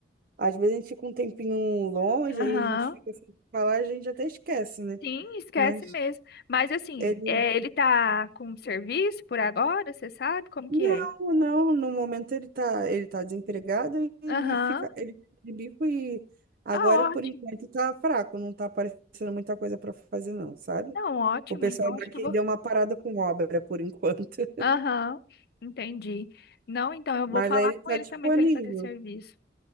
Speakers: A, on the right (about 50°); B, on the left (about 55°).
A: às vezes a gente fica um tempinho longe,
B: Aham.
A: aí a gente fica sem falar, a gente até esquece, né?
B: Sim, esquece
A: Mas
B: mesmo. Mas assim,
A: ele.
B: é, ele tá com serviço por agora, você sabe como
A: Não,
B: que é?
A: não, no momento ele tá, ele tá desempregado e
B: Aham.
A: fica, ele fica de bico e agora
B: Ah,
A: por
B: ótimo.
A: enquanto tá fraco, não tá aparecendo muita coisa para fazer não, sabe?
B: Não, ótimo.
A: O pessoal
B: Então
A: daqui
B: acho que eu vou.
A: deu uma parada com obra por enquanto, <laughs>
B: Aham. Entendi. Não, então eu vou
A: mas
B: falar
A: aí ele
B: com
A: tá
B: ele
A: disponível,
B: também para ele fazer serviço.